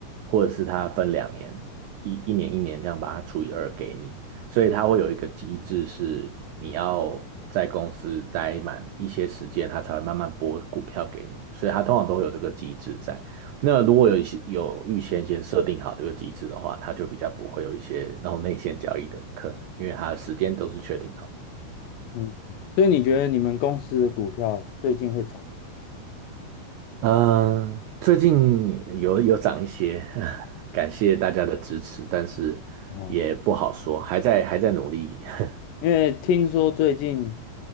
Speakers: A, on the right; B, on the left.
A: 或者是他分两年，一一年一年这样把它除以二给你。所以它会有一个机制，是你要在公司待满一些时间，它才会慢慢拨股票给你。所以它通常都会有这个机制在。那如果有一些有预先先设定好这个机制的话，它就比较不会有一些那种内线交易的可能，因为它的时间都是确定好。
B: 嗯，所以你觉得你们公司的股票最近会涨？
A: 嗯、最近有有涨一些，<laughs> 感谢大家的支持，但是也不好说，
B: 哦，
A: 还在还在努力。<laughs>
B: 因为听说最近，